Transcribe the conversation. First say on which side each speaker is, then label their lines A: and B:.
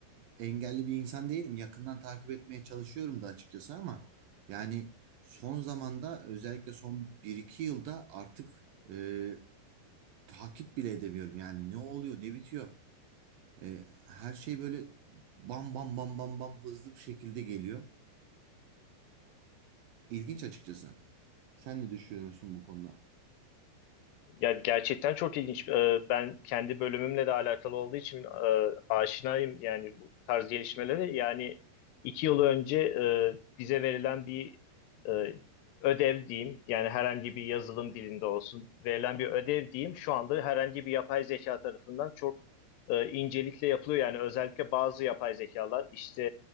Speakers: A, on the right; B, on the left.
A: e, engelli bir insan değilim. Yakından takip etmeye çalışıyorum da açıkçası ama yani son zamanda özellikle son bir iki yılda artık e, takip bile edemiyorum. Yani ne oluyor ne bitiyor. E, her şey böyle bam bam bam bam bam hızlı bir şekilde geliyor. İlginç açıkçası. Sen ne düşünüyorsun bu konuda?
B: Ya gerçekten çok ilginç. Ee, Ben kendi bölümümle de alakalı olduğu için e, aşinayım yani bu tarz gelişmelere. Yani iki yıl önce e, bize verilen bir e, ödev diyeyim, yani herhangi bir yazılım dilinde olsun verilen bir ödev diyeyim, şu anda herhangi bir yapay zeka tarafından çok e, incelikle yapılıyor. Yani özellikle bazı yapay zekalar, işte